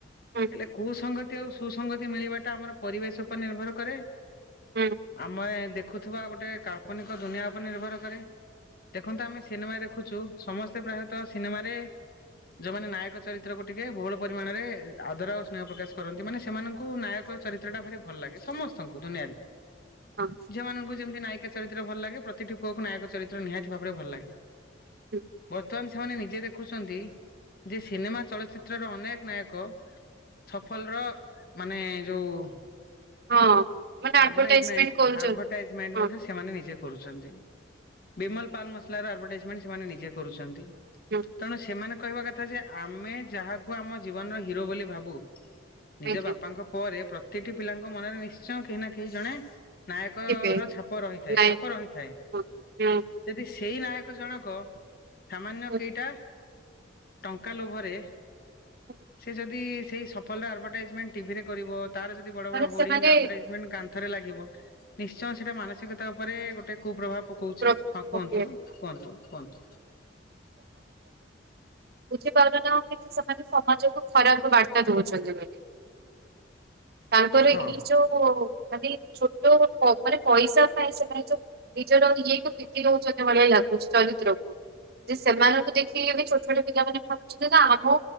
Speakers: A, on the right; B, on the left.
A: ହୁଁ ହୁଁ
B: ହେଲେ କୁସଙ୍ଗତି ଆଉ ସୁସଙ୍ଗତି ମିଳିବା ଟା ଆମର ପରିବେଶ ଉପରେ ନିର୍ଭର କରେ।
A: ହୁଁ ହୁଁ,
B: ଆମେ ଦେଖୁଥିବା ଗୋଟେ କାଳ୍ପନିକ ଦୁନିଆ ଉପରେ ନିର୍ଭର କରେ। ଦେଖନ୍ତୁ ଆମେ ସିନେମା ଦେଖୁଛୁ ସମସ୍ତେ ପ୍ରାୟତଃ ସିନେମାରେ ଯୋଉମାନେ ନାୟକ ଚରିତ୍ର କୁ ଟିକେ ବହୁଳ ପରିମାଣରେ ଆଦର ଆ ସ୍ନେହ ପ୍ରକାଶ କରନ୍ତି ମାନେ ସେମାନଙ୍କୁ ନାୟକ ଚରିତ୍ର ଟା ଭାରି ଭଲ ଲାଗେ ସମସ୍ତଙ୍କୁ ଦୁନିଆରେ।
A: ହଁ।
B: ଝିଅମାନଙ୍କୁ ଯେମିତି ନାୟିକା ଚରିତ୍ର ଭଲ ଲାଗେ ପ୍ରତିଟି ପୁଅକୁ ନାୟକ ଚରିତ୍ର ନିହାତି ଭାବରେ ଭଲ ଲାଗେ।
A: ହୁଁ ହୁଁ
B: ବର୍ତ୍ତମାନ ସେମାନେ ନିଜେ ଦେଖୁଛନ୍ତି ଯେ ସିନେମା ଚଳଚିତ୍ରର ଅନେକ ନାୟକ ସଫଲର ମାନେ ଯୋଉ
A: ହଁ। ମାନେ ଆଡଭଟାଇଜମେଣ୍ଟ
B: ଆଡ୍ ଭାଟା ଇଜ୍ ମେଣ୍ଟ
A: କରୁଛନ୍ତି
B: ଆଡଭାଟାଇଜ୍ମେଣ୍ଟ
A: ହଁ।
B: ସେମାନେ ନିଜେ କରୁଛନ୍ତି। ବିମଲ ପାନ୍ ମସଲାର ଆଭଟାଇଜମେଣ୍ଟ ସେମାନେ ନିଜେ କରୁଛନ୍ତି।
A: ହୁଁ ହୁଁ
B: ତେଣୁ ସେମାନେ କହିବା କଥା ଯେ ଆମେ ଯାହାକୁ ଆମ ଜୀବନର ହିରୋ ବୋଲି ଭାବୁ ନିଜ
A: ଆଜ୍ଞା
B: ବାପାଙ୍କ ପରେ ପ୍ରତିଟି ପିଲାଙ୍କ ମନରେ ନିଶ୍ଚୟ କେହି ନା କେହି ଜଣେ ନାୟକ
A: ଥିବେ
B: ର ଛାପ ରହିଥାଏ
A: ନାଇଁ
B: ଛାପ ରହିଥାଏ।
A: ହଁ ହୁଁ
B: ଯଦି ସେଇ ନାୟକ ଜଣକ ସାମାନ୍ୟ
A: ହୁଁ।
B: କେଇଟା ଟଙ୍କା ଲୋଭରେ
A: ହୁଁ,
B: ସେ ଯଦି ସେଇ ସଫଲର ଆଡଭାଟାଇଜମେଣ୍ଟ ଟିଭିରେ କରିବ ତାର ଯଦି ବଡ
A: ମାନେ
B: ବଡ ହୋଡିଙ୍ଗ
A: ସେମାନେ
B: ଆଡ ଭାଟାଇଯମେଣ୍ଟ କାନ୍ଥରେ ଲାଗିବ ନିଶ୍ଚୟ ସେଇଟା ମାନସିକତା ଉପରେ ଗୋଟେ କୁପ୍ରଭାବ ପ କୋଉଚି
A: ପ୍ର
B: ହଁ
A: ପକେଇବାକୁ
B: କୁହନ୍ତୁ କୁହନ୍ତୁ କୁହନ୍ତୁ।
A: ବୁଝିପାରୁନାନ୍ତି କିଛି ସେମାନେ ସମାଜକୁ ଖରାପ ବାର୍ତ୍ତା ଦଉଛନ୍ତି ବୋଲି। ତାଙ୍କର
B: ହଁ
A: ଏଇ ଯୋଉ ଖାଲି ଛୋଟ ଉପରେ ପଇସା ପାଇଁ ସେ ମାନେ ଯୋଉ ନିଜର ଇଏକୁ ବିକି ଦୋଉଛନ୍ତି ଭଳିଆ ଲାଗୁଛି ଚରିତ୍ରକୁ। ଯେ ସେମାନଙ୍କୁ ଦେଖିକି ଏ ବି ଛୋଟ ଛୋଟ ପିଲାମାନେ ଭାବୁଛନ୍ତି ନା ଆମ